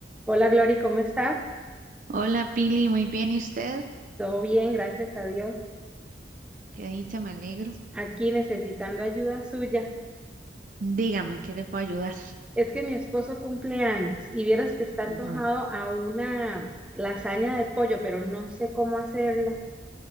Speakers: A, in the centre; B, on the right (about 45°).
A: Hola Glory, ¿cómo está?
B: Hola Pili, muy bien. ¿Y usted?
A: Todo bien, gracias a Dios.
B: Qué dicha, me alegro.
A: Aquí necesitando ayuda suya.
B: Dígame, ¿qué le puedo ayudar?
A: Es que mi esposo cumple años y vieras que está antojado
B: Ujú.
A: a una lasaña de pollo, pero no sé cómo hacerla.